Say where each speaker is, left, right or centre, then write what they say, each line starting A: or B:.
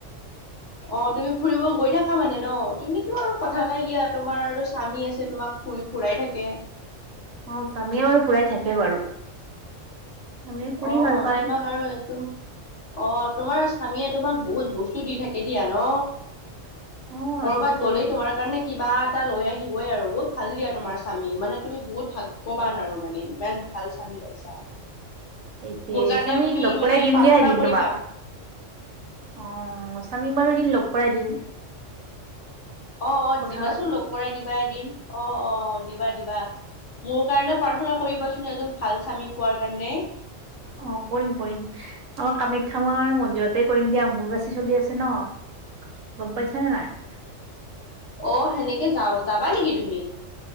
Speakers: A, on the left; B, on the right.
A: অ', তুমি ফুৰিব গৈ থাকা মানে ন তুমিতো আৰু কথা নাই দিয়া তোমাৰ আৰু স্বামী আছে তোমাক ফুৰি ফুৰাই থাকে
B: অ', স্বামীয়ে বাৰু ফুৰাই থাকে বাৰু আমি ফুৰি
A: অ',
B: ভাল পায়
A: তোমাক আৰুটোম অ', তোমাৰ স্বামীয়ে তোমাক বহুত বস্তু দি থাকে দিয়া ন
B: অ
A: কৰবাত
B: দি থাকে
A: গ'লেই
B: দি থাকে
A: তোমাৰ কাৰণে কিবা এটা লৈ আহিবই আৰু বহুত ভাল দিয়া তোমাৰ স্বামী মানে তুমি বহুত ভাগ্যৱান আৰু মানে ই ভাল স্বামী পাইছা
B: এতিয়া
A: মোৰ কাৰণেও
B: স্বামীক
A: তুমি
B: লগ কৰাই
A: মানে
B: দিম
A: প্ৰাৰ্থনা
B: দিয়া এদিন
A: কৰিবা
B: তোমাক অ', স্বামীক বাৰু এদিন লগ কৰাই দিম
A: অ', অ',
B: কথা
A: দিবাচোন
B: পাতি
A: লগ
B: অ
A: কৰাই দিবা এদিন অ', অ', অ', দিবা দিবা মোৰ কাৰণে প্ৰাৰ্থনা কৰিবাচোন এজন ভাল স্বামী পোৱাৰ কাৰণে
B: অ', কৰিম, কৰিম আমাৰ কামাখ্যা মাৰ মন্দিৰতে কৰিম দিয়া অম্বুবাচী চলি আছে ন ব পাইছ ন নাই
A: অ', সেনেকে যা যাবা নেকি তুমি